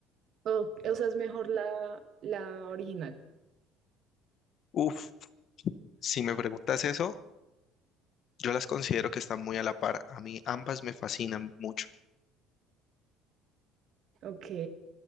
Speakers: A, on the right; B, on the left.
A: O, o sea, es mejor la, la original.
B: Uf, si me preguntas eso, yo las considero que están muy a la par. A mí ambas me fascinan mucho.
A: Ok,